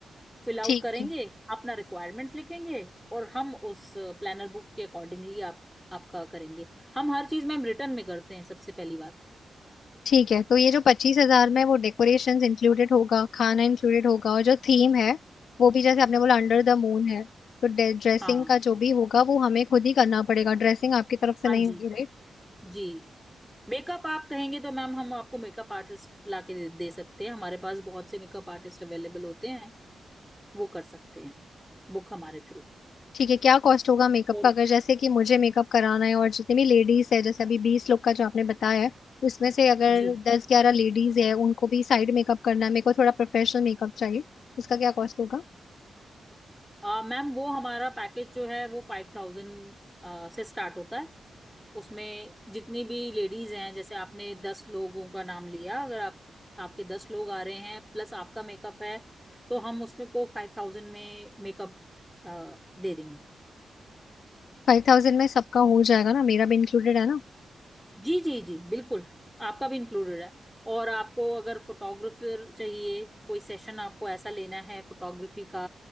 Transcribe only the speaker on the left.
ठीक
है
ठीक है तो ये जो पच्चीस हजार में वो डेकोरेशंस इंक्लूडेड होगा खाना इंक्लूडेड होगा और जो थीम है वो भी जैसे आपने बोला अंडर द मून है तो ड्रेसिंग
का जो भी होगा वो हमें खुद ही करना पड़ेगा ड्रेसिंग आपकी तरफ से नहीं
होगी राइट
ठीक है क्या कॉस्ट होगा मेकअप
का अगर जैसे कि मुझे मेकअप कराना है और जितने भी लेडीज है जैसे अभी बीस लोग का जो आपने बताया है उसमें से अगर
दस ग्यारह लेडीज है उनको भी साइड मेकअप करना है मेरे को थोड़ा प्रोफेशनल मेकअप चाहिए उसका क्या कॉस्ट होगा
फाइव थाउजेंड में सबका हो जाएगा ना मेरा भी इंक्लूडेड है ना